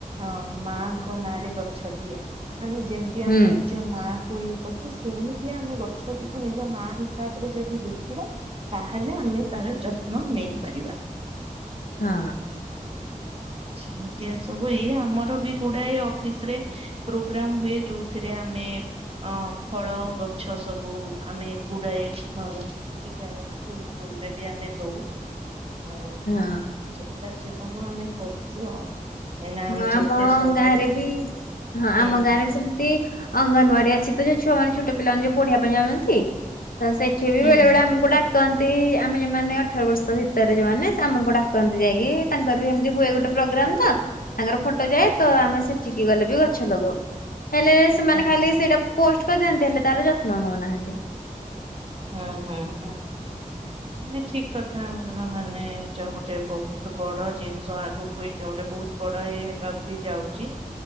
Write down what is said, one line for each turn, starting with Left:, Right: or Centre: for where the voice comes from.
Right: ଅ ମାଙ୍କ ନାଁରେ ଗଛଟିଏ ମାନେ ଯେମିତି
Left: ହୁଁ।
Right: ଆମେ ନି ନିଜ ମା କୁ ଇଏ କରୁଛୁ ସେମିତିଆ ଆମେ ଗଛଟିକୁ ନିଜ ମା ହିସାବରେ ଯଦି ଦେଖିବା ତାହେଲେ ଆମେ ତାର ଯତ୍ନ ନେଇପାରିବା।
Left: ହଁ
Right: ସେମିତିଆ ସବୁ ଏଇ ଆମର ବି ଗୁଡାଏ ଅଫିସ୍‌ ରେ ପ୍ରୋଗ୍ରାମ୍ ହୁଏ ଯୋଉଥିରେ ଆମେ ଅ ଫଳ ଗଛ ସବୁ ଆମେ ଗୁଡାଏ ହଁ ବିଦ୍ୟାଳୟ ସ୍କୁଲ ଫୁଲ ରେ ବି ଆମେ ଦୋଉ। ଆଉ
Left: ହଁ।
Right: ଏ ସବୁ କାର୍ଯ୍ୟକ୍ରମ ଆମେ କରୁଚୁ ଆଉ। ଏଇନା
Left: ହଁ
Right: ଆମେ
Left: ଆମ
Right: ଯେତେ ସହର
Left: ଗାଁରେ ବି ହଁ
Right: ହୁଁ
Left: ଆମ ଗାଁରେ ସେମ୍‌ତି ଅଙ୍ଗନୱାଡି ଅଛି ତ ଯୋଉ ଛୁଆମାନେ ଛୋଟ ପିଲାମାନେ ଯୋଉ ପଢିବା ପାଇଁ ଯାଉଛନ୍ତି। ତ ସେଠି ବି
Right: ହୁଁ
Left: ବେଳେବେଳେ
Right: ହୁଁ
Left: ଆମକୁ ଡା କହନ୍ତି ଆମେ ଯୋଉମାନେ ଅଠର ବର୍ଷ ଭିତରେ ଯୋଉମାନେ ଆମକୁ ଡାକନ୍ତି ଯାଇକି। ତାଙ୍କର ବି ଏମିତି ହୁଏ ଗୋଟେ ପ୍ରୋଗ୍ରାମ୍ ତ? ତାଙ୍କର ଫଟୋ ଯାଏ। ତ ଆମେ ସେଠିକି ଗଲେ ବି ଗଛ ଲଗଉ। ହେଲେ ସେମାନେ
Right: ଆଚ୍ଛା
Left: ଖାଲି ସେଇଟା ପୋଷ୍ଟ କରି ଦିଅନ୍ତି ହେଲେ ତାର ଯତ୍ନ ନେଉନାହାନ୍ତି।
Right: ହୁଁ ହୁଁ ହୁଁ। ମାନେ ଠିକ୍‌ କଥା ମାନେ ଏଇଟା ଗୋଟେ ବହୁତ ବଡ ଜିନିଷ ଆଗକୁ ଏଇ ଏଟା ଗୋଟେ ବହୁତ ବଡ ଇଏ ହେବାକୁ ବି ଯାଉଛି।